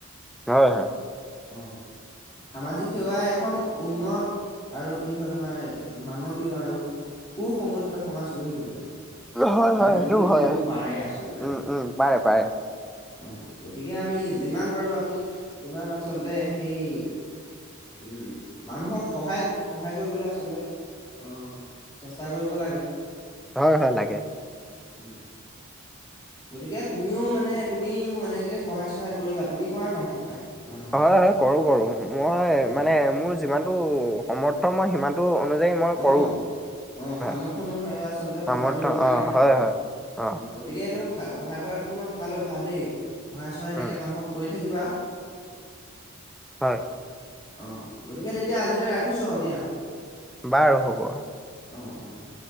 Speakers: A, in the centre; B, on the left.
A: হয়-হয়।
B: অ',। সামাজিক সেৱাই এখন উন্নত, আৰু কি হয় তোমাৰ মানৱীয় আৰু। সু সংগঠিত সমাজ গঢ়ি তোলে।
A: হয় হয়
B: মানে
A: হয় সেইটো
B: গঢ়ি তুলিব
A: হয় হয়
B: পাৰে আচলতে।
A: উম উম পাৰে পাৰে
B: অ', গতিকে আমি যিমান পাৰো আমি, সিমান আচলতে সেই উম মানুহক সহায় সহায় কৰিবলে আচলতে। অঁ চেষ্টা কৰিব লাগে।
A: হয় হয় লাগে।
B: উম। গতিকে তুমিও মানে তুমিও এনেকে সহায় চহায় কৰিবা, তুমি কৰা না সহায়। মানুহক
A: হয় হয় কৰো কৰো। মই
B: অ
A: মানে মোৰ যিমানটো সমৰ্থ মই সিমানটো অনুযায়ী মই
B: অ
A: কৰো,
B: অ
A: হয়
B: সামৰ্থ অনুসাৰে আচলতে সহায়
A: সামৰ্থ্য
B: কৰিব লাগে
A: অঁ হয় হয় অঁ।
B: অ গতিকে এটো হে সহায় কৰাটো তোমাৰ ভাল অভ্যাস দেই, সহায় চহায় এনেকে
A: উম
B: মানুহক কৰি থাকিবা।
A: হয়।
B: অঁ গতিকে তেতিয়া আজিলৈ ৰাখিছোঁ আও দিয়া।
A: বাৰু হ'ব।
B: অঁ অঁ অঁ।